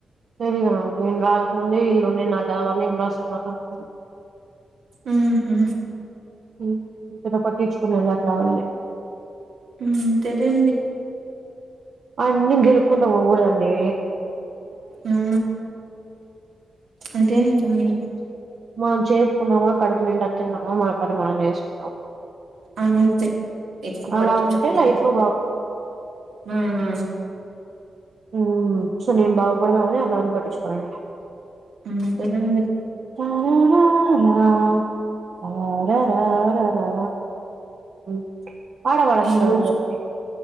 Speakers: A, on the right (about 50°); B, on the right (about 75°).
A: తెలియదు నాకు నేను రాకముందే ఇల్లు నాకాఅవన్నీ ఏం రాసుకున్నారో నాకు తెలియదు
B: ఉహు
A: <unintelligible>
B: ఉ తెలియంది
A: అన్ని గెల్కుంటా పోకూడదు అండి
B: ఊ అంటే నీతోనీ
A: మనం చేసుకున్నామా కడుపు నిండా తిన్నామా మన పని మనం చేసుకున్నామా
B: అంతే ఎక్కువ
A: అలా
B: పట్టించుకోకుడదు
A: ఉంటే లైఫ్ లో
B: ఉహు
A: ఉ సో నేను బాగుపడదామని అలావన్నీ పట్టించుకోనండి
B: అంతేనండి
A: తర రార ర ర రా ర ర రా <unintelligible> పాడ పాడచన
B: ఈ రోజు
A: ఆని చెప్పి